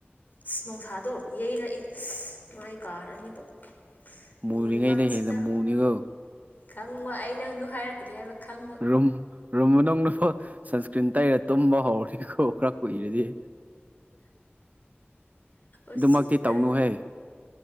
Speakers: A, on the left; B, on the right.
A: ꯑꯁ ꯅꯅꯨꯡꯁꯥꯗꯣ ꯌꯩꯔꯛꯑꯦ ꯃꯥꯏ ꯀꯥꯔꯅꯤꯕꯣ꯫
B: ꯃꯨꯔꯤꯉꯩꯗ
A: ꯃꯨꯔꯤꯀꯥꯟꯁꯤꯗ
B: ꯍꯦꯟꯅ ꯃꯨꯅꯤꯀꯣ
A: ꯈꯪꯕ ꯑꯩ ꯅꯪꯗꯨ ꯍꯥꯏꯔꯛꯀꯅꯤ ꯍꯥꯏꯕ ꯈꯪ꯫
B: ꯔꯨꯝ ꯔꯨꯝ ꯃꯅꯨꯡꯗꯐꯥꯎ ꯁꯟꯁꯀ꯭ꯔꯤꯟ ꯇꯩꯔ ꯇꯨꯝꯕ ꯍꯧꯔꯦꯀꯣ ꯈꯔ ꯀꯨꯏꯔꯗꯤ꯫
A: ꯎꯁꯤꯠꯇ
B: ꯑꯗꯨꯃꯛꯇꯤ ꯇꯧꯅꯨꯍꯦ